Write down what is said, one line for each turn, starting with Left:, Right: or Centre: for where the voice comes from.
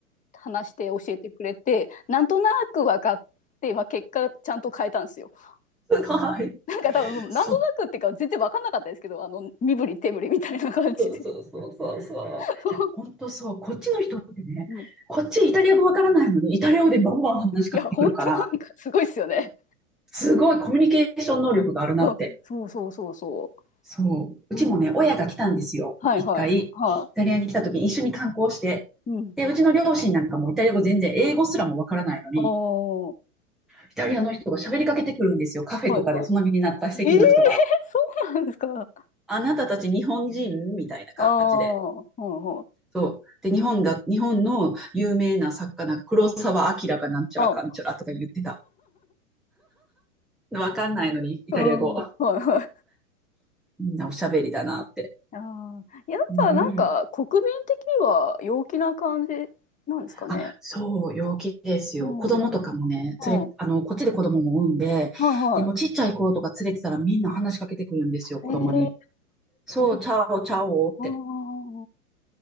Left: 話して教えてくれて、なんとなく分かって、まあ、結果、ちゃんと変えたんですよ。<laughs>
Centre: ごい。
Left: なんか多分、もうなんとなくっていうか、
Centre: そう。
Left: 全然分かんなかったですけど、あの、身振り手振りみたいな感じで。
Centre: そうそうそうそうそう。
Left: <laughs>
Centre: いや、本当そう。こっちの人ってね、
Left: うん、
Centre: こっちイタリア語わからないのに、イタリア語でバンバン話しかけてくるから、
Left: うん。いや、本当なんかすごいですよね。
Centre: すごいコミュニケーション能力があるなって。
Left: うんそうそうそうそ
Centre: そう。うちもね、
Left: う。うん。
Centre: 親が来たんですよ。
Left: はいはい。
Centre: 一回、イタリアに来た時に一緒に観光して。
Left: はい。うん。
Centre: で、うちの両親なんかもイタリア語全然、英語すらもわからないのに、
Left: ああ、は
Centre: イタリアの人が喋りかけてくるんですよ。カフェとかで隣になった席の人が。
Left: いはい。ええーそうなんですか。
Centre: あなたたち日本人みたいな感じで。
Left: ああ、はいは
Centre: そう。で、日本だ、日本の有名な作家な黒沢明がなんちゃらかんちゃらとか言ってた。
Left: い。あ、
Centre: わかんないのに、イタリア語。
Left: うん、はいはい。
Centre: みんなおしゃべりだなって。
Left: ああ、やっぱなんか国民的には陽気な感じなんですかね。
Centre: うん。あ、そう、陽気ですよ。
Left: うん、
Centre: 子供とかもね、
Left: うん、は
Centre: 連れ、あの、こっちで子供も産んで、
Left: いは
Centre: でもちっちゃい子とか連れてたらみんな話しかけてくるんですよ、子供に。
Left: い。ええ
Centre: そう、
Left: そうなんだ。
Centre: チャオ、チャオって。
Left: ああ、